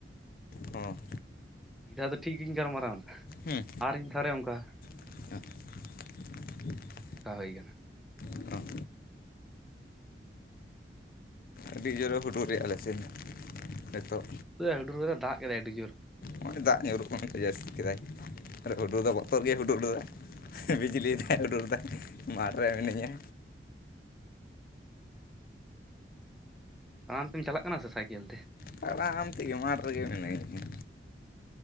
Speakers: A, on the left; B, in the centre.
A: ᱦᱮᱸ
B: ᱢᱤᱫ ᱫᱷᱟᱣ ᱫᱚ ᱴᱷᱤᱠ ᱜᱤᱧ ᱜᱟᱞᱢᱟᱨᱟᱣᱱᱟ
A: ᱦᱮᱸ
B: ᱟᱨ ᱤᱧ ᱫᱷᱟᱣ ᱨᱮ ᱚᱱᱠᱟ
A: <unintelligible>
B: ᱚᱱᱠᱟ ᱦᱩᱭ ᱠᱟᱱᱟ᱾
A: ᱦᱮᱸ ᱟᱹᱰᱤ ᱡᱳᱨᱮ ᱦᱩᱰᱩᱨ ᱨᱮᱭᱟᱜ ᱟᱞᱮ ᱥᱮᱱ ᱱᱤᱛᱚᱜ
B: ᱩᱱᱟᱹᱜ ᱦᱟᱹᱰᱩᱨ ᱠᱟᱫᱟ ᱫᱟᱜ ᱠᱮᱫᱟᱭ ᱟᱹᱰᱤ ᱡᱳᱨ
A: ᱱᱚᱜᱼᱚᱭ ᱫᱟᱜ ᱧᱩᱨᱩᱜ ᱦᱚᱸ ᱡᱟᱹᱥᱛᱤ ᱠᱮᱫᱟᱭ ᱟᱨ ᱦᱩᱰᱩᱨ ᱫᱚ ᱵᱚᱛᱚᱨ ᱜᱮᱭ ᱦᱩᱰᱩᱨ ᱮᱫᱟ᱾ ᱵᱤᱡᱽᱞᱤ ᱫᱟᱭ ᱩᱰᱩᱨ ᱫᱟᱭ ᱢᱟᱴᱷ ᱨᱮ ᱢᱤᱱᱟᱹᱧᱟ᱾
B: ᱛᱟᱲᱟᱢ ᱛᱮᱢ ᱪᱟᱞᱟᱜ ᱠᱟᱱᱟ ᱥᱮ ᱥᱟᱭᱠᱮᱞ ᱛᱮ?
A: ᱛᱟᱲᱟᱢ ᱛᱮᱜᱮ ᱢᱟᱴ ᱨᱮᱜᱮ ᱢᱤᱱᱟᱹᱧ ᱦᱚᱸ